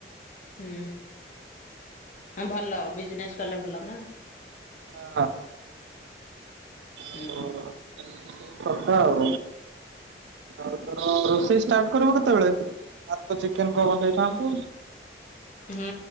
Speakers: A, on the left (about 45°); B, on the right (about 80°).
A: ହୁଁ ହଁ ଭଲ ବିଜନେସ କଲେ ଭଲ ନା।
B: ହଁ ଆଉ ଏମିତି
A: ହୁଁ।
B: ସବୁ କଥା ଆଉ। ଆଉ ତୋ ରୋଷେଇ ଷ୍ଟାର୍ଟ କରିବୁ କେତେବେଳେ, ଭାତ ଚିକେନ ବା ବନେଇଥାନ୍ତୁ।
A: ହୁଁ